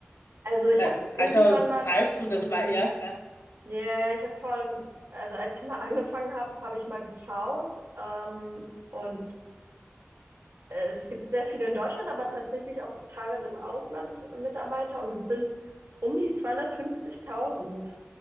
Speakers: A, on the right (about 75°); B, on the left (about 75°).
A: Also ich
B: Weil-
A: habe irgendwann
B: Also,
A: mal,
B: falls du das
A: hm,
B: war, ja, ja.
A: Ja, ja, ich habe vor, also als ich mal <laughs> angefangen habe, habe ich mal geschaut. Ähm, und äh, es gibt sehr viele in Deutschland, aber tatsächlich auch teilweise im Ausland Mitarbeiter. Und es sind um die 250.000.